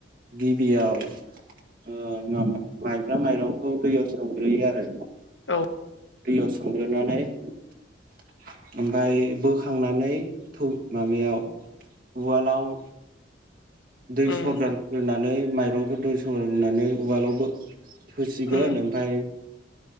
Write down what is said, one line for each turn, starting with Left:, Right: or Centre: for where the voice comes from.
Right: गिबियाव ओ मा--माइब्रा माइरंखौ दैयाव सोमग्रोयो आरो
Left: औ
Right: दैयाव सोमग्रोनानै ओमफ्राय बोखांनानै थौ माबायाव उवालद आव दै
Left: उम
Right: सरगारग्रोनानै माइरंखौ दै सरगारग्रोनानै उवालावबो थुसिगोन
Left: उम
Right: ओमफाय